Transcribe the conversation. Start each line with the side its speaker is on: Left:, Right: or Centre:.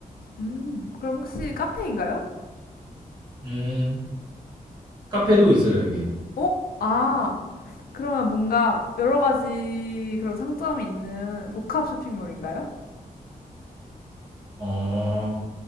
Left: 음, 그럼 혹시 카페인가요?
Right: 음, 카페도 있어요, 여기.
Left: 어? 아, 그러면 뭔가 여러 가지 그런 상점이 있는 복합 쇼핑몰인가요?
Right: 어,